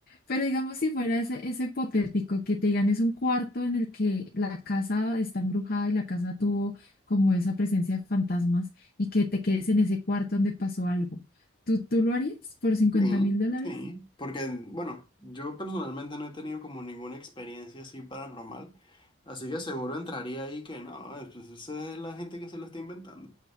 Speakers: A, on the left; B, on the left.
A: Pero digamos, si fuera ese, ese hipotético que te digan es un cuarto en el que la casa está embrujada y la casa tuvo como esa presencia de fantasmas y que te quedes en ese cuarto donde pasó algo, ¿tú, tú lo harías por cincuenta
B: Sí,
A: mil dólares?
B: sí. Porque, bueno, yo personalmente no he tenido como ninguna experiencia así paranormal. Así que seguro entraría ahí que no, eh, pues esa es la gente que se lo está inventando.